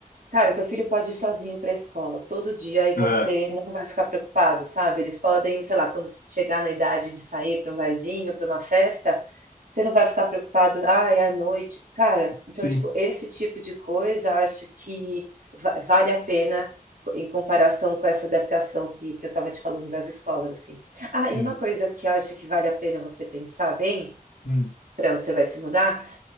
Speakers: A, on the right; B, on the left.
A: cara, seu filho pode ir sozinho para a escola todo dia e
B: É,
A: você não vai ficar preocupado, sabe? Eles podem, sei lá, quando chegar na idade de sair para um barzinho, para uma festa. Você não vai ficar preocupado, ah, é à noite. Cara, então,
B: sim,
A: tipo, esse tipo de coisa acho que va- vale a pena em comparação com essa adaptação que, que eu estava te falando das escolas, assim. Ah,
B: sim.
A: e uma coisa que eu acho que vale a pena você pensar bem,
B: Hum.
A: para onde você vai se mudar,